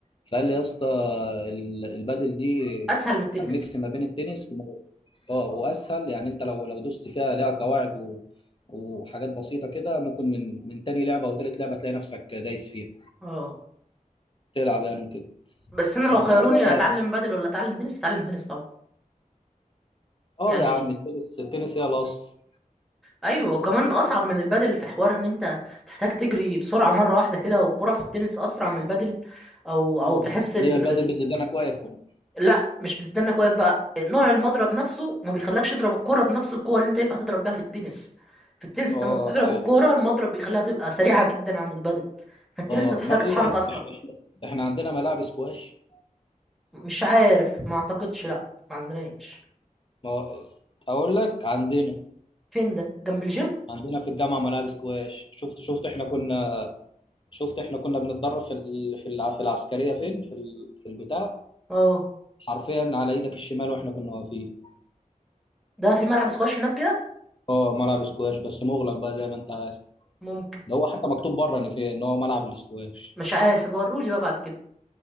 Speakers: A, on the left; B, in the centre.
A: فقال لي يا اسطى ال- البدل دي
B: اسهل من التنس
A: ميكس ما بين التنس و... اه واسهل يعني انت لو لو دوست فيها ليها قواعد و... وحاجات بسيطه كده ممكن من من تاني لعبه او تالت لعبه تلاقي نفسك دايس فيها
B: اه
A: تلعب يعني وكده
B: بس انا لو
A: قلت
B: خيروني
A: له والله
B: اتعلم بدل ولا اتعلم تنس اتعلم تنس طبعا
A: اه
B: يعني
A: يا عم التنس التنس هي الاصل
B: ايوه وكمان اصعب من البدل في حوار ان انت تحتاج تجري بسرعه مره واحده كده والكره في التنس اسرع من البدل او او
A: اه
B: تحس ان
A: ليه البدل بتدينا واقف ولا
B: لا مش بتدنك واقف بقى نوع المضرب نفسه ما بيخلكش تضرب الكرة بنفس القوة اللي انت ينفع تضرب بيها في التنس في التنس انت
A: اه
B: لما بتضرب
A: ايوه
B: الكرة المضرب
A: ايوه
B: بيخليها تبقى سريعة جدا عن البدل فالتنس
A: اه
B: هتحتاج
A: امال
B: تتحرك
A: ايه بقى
B: أسرع
A: احنا احنا عندنا ملاعب سكواش
B: مش عارف ما أعتقدش لا ما عندناش
A: اه اقول لك عندنا
B: فين ده جنب الجيم
A: عندنا في الجامعه ملاعب سكواش شفت شفت احنا كنا شفت احنا كنا بنتدرب في ال... في الع... في العسكريه فين في ال... في البتاع
B: اه
A: حرفيا على ايدك الشمال واحنا كنا واقفين
B: ده في ملعب سكواش هناك كده
A: اه ملعب سكواش بس مغلق بقى زي ما انت عارف
B: ممكن
A: ده هو حتى مكتوب بره ان في ان هو ملعب السكواش
B: مش عارف يبقى ورولي بقى بعد كده